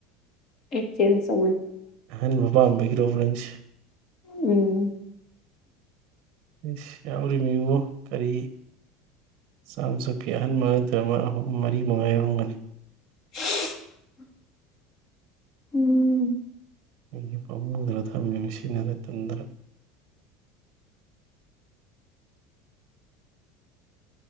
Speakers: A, on the left; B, on the right.
A: ꯑꯦ ꯆ ꯁ
B: ꯑꯍꯟ ꯃꯄꯥꯥꯝꯕꯒꯤ ꯄ꯭ꯔꯣꯕꯦꯟꯁ
A: ꯎꯝ
B: ꯏꯁ ꯌꯥꯎꯔꯤꯃꯤꯕꫭ ꯀꯔꯤ ꯆꯥꯝꯆꯄꯤ ꯑꯍꯟꯕ ꯉꯥꯛꯇ ꯑꯍꯨꯝ ꯃꯔꯤ ꯃꯉꯥ ꯌꯥꯎꯔꯝꯒꯅꯤ
A: <unintelligible> ꯎꯝ
B: ꯑꯩꯒꯤ ꯄꯥꯃꯨꯗꯅ ꯊꯝꯃꯤ ꯁꯤꯟꯅꯗ ꯇꯟꯗꯅ